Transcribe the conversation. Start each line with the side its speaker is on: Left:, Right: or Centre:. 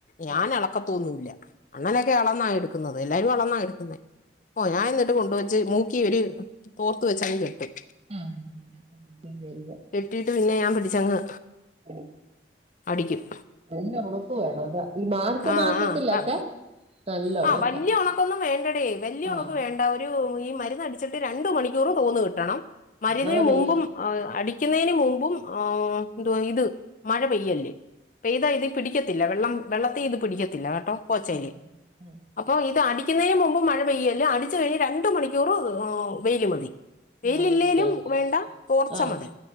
Left: ഞാന്
Right: ആഹ്
Left: എള അളക്കതോന്നുല്ല അങ്ങനൊക്കെ
Right: ആഹ്
Left: അളന്ന എടുക്കുന്നത് എല്ലാരും അളന്നാ എടുക്കുന്നെ ഓ ഞാൻ എന്നിട്ട് കൊണ്ടുവച്ച് മൂക്കി തോർത്ത് വെച്ച അങ്ങ് കെട്ടും
Right: ആഹ വരുവ
Left: കെട്ടിയിട്ട് പിന്നെ ഞാൻ പിടിച്ചങ്ങ്
Right: ഉം
Left: അടിക്കും
Right: നല്ല പുളിപ്പ് വേണം അത് ഈ മാർച്ച്
Left: ആ
Right: മാസത്തിലൊക്കെ
Left: ആ
Right: നല്ല
Left: ആ
Right: ഉണക്കാ
Left: വലിയ ഉണക്കൊന്നും വേണ്ടടേ വലിയ
Right: ആഹ്
Left: ഉണക്ക് വേണ്ടാ ഈ മരുന്നടിച്ചിട്ട് രണ്ട മണിക്കൂറും തോന്ന കിട്ടണം മരുന്നിന്
Right: മഴ പെയ്യല്ലേ
Left: മുമ്പും ആ അടിക്കുന്നതിന് മുമ്പും ആ എന്തുവാ ഇത് മഴ പെയ്യല്ലേ പെയ്താ ഇത് പിടിക്കത്തില്ല വെള്ളം വെള്ളത്തി ഇത് പിടിക്കത്തില്ല കേട്ടോ പോച്ചല്
Right: ആ ആ ആ.
Left: അപ്പൊ ഇത് അടിക്കുന്നതിന് മുമ്പ് മഴ പെയ്യല്ലേ അടിച്ച കഴിഞ്ഞ് രണ്ടു മണിക്കൂർ വെയിൽ മതി വെയിലല്ലേലും
Right: ആയിരിക്കണം
Left: വേണ്ട തോർച്ചമതി
Right: ആഹ്